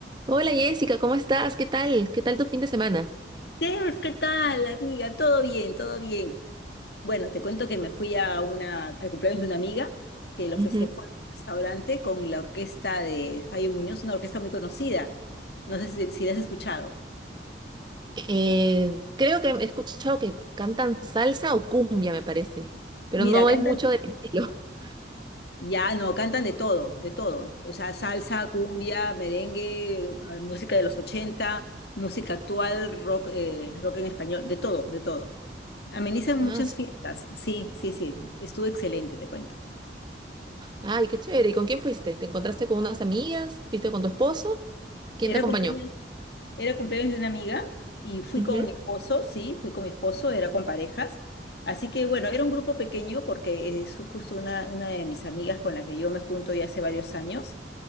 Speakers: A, on the right; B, on the left.
A: Hola Jessica, ¿cómo estás? ¿Qué tal? ¿Qué tal tu fin de semana?
B: Steph, ¿qué tal, amiga? Todo bien, todo bien. Bueno, te cuento que me fui a una, al cumpleaños de una amiga que lo
A: Ujú.
B: festejó en un restaurante con la orquesta de Fabio Muñoz, una orquesta muy conocida. No sé si, si la has escuchado.
A: Eh, creo que he escuchado que cantan salsa o cumbia, me parece, pero
B: Mira,
A: no
B: cantan,
A: es mucho del estilo. <laughs>
B: ya no, cantan de todo, de todo. O sea, salsa, cumbia, merengue, eh, música de los 80, música actual, rock, eh, rock en español, de todo, de todo. Amenizan
A: Ah,
B: muchas
A: su-
B: fiestas. Sí, sí, sí. Estuvo excelente, te cuento.
A: Ay, qué chévere. ¿Y con quién fuiste? ¿Te encontraste con unas amigas? ¿Fuiste con tu esposo? ¿Quién
B: Era
A: te acompañó?
B: cumpleaños. Era cumpleaños de una amiga y fui
A: Ujú.
B: con mi esposo, sí, fui con mi esposo, era con parejas. Así que bueno, era un grupo pequeño porque es justo una, una de mis amigas con la que yo me junto ya hace varios años,